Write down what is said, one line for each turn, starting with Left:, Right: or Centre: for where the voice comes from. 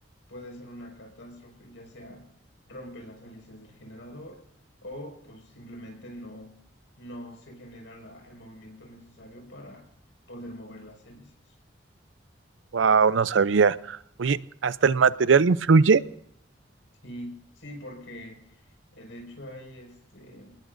Left: puede ser una catástrofe, ya sea rompe las hélices del generador o pues simplemente no, no se genera la- el movimiento necesario para poder mover las hélices.
Right: Wow, no sabía. Oye, ¿hasta el material influye?
Left: Sí, sí, porque eh, de hecho hay este